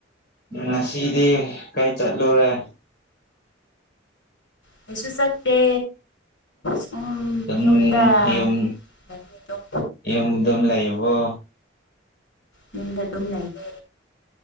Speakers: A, on the left; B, on the left.
A: ꯉꯁꯤꯗꯤ ꯀꯩ ꯆꯠꯂꯨꯔꯦ
B: ꯀꯩꯁꯨ ꯆꯠꯇꯦ ꯁꯨꯝ
A: ꯑꯗꯨꯝ
B: ꯌꯨꯝꯗ
A: ꯌꯨꯝ
B: ꯂꯩꯌꯦ ꯑꯗꯨꯝ
A: ꯌꯨꯝꯗꯨꯝ ꯂꯩꯕꯣ
B: ꯌꯨꯝꯗ ꯑꯗꯨꯝ ꯂꯩꯌꯦ